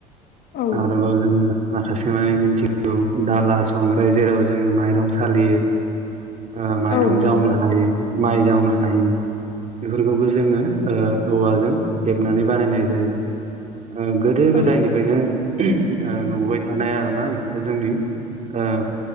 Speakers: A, on the left; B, on the right.
A: औ
B: आरोबाव जोङो माखासे मानि मिनथिगौ दाला-संग्राय जेराव जोङो माइ रं सालियो ओ माइरं
A: औ
B: जावनो
A: नंगौ
B: हायो माइ जावनो हायो। बेफोरखौबो जोङो ओ औवाजों हेबनानै बानायनाय जायो। ओ गोदो-गोदायनिफ्रायनो
A: औ
B: ओ नुबोबाय थानाय आरो ना बेफोरो जोंनि ओ